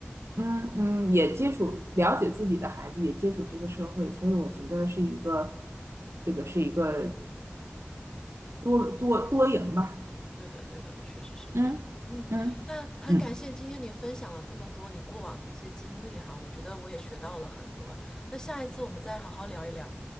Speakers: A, on the right; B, on the left.
A: 嗯嗯，也接触了解自己的孩子，也接触这个社会，所以我觉得是一个，这个是一个多多多赢吧。
B: 对的，对的，确实是这样。
A: 嗯嗯嗯，
B: 嗯，那很感谢今天你分享了这么多你过往的一些经历哈，我觉得我也学到了很多。那下一次我们再好好聊一聊。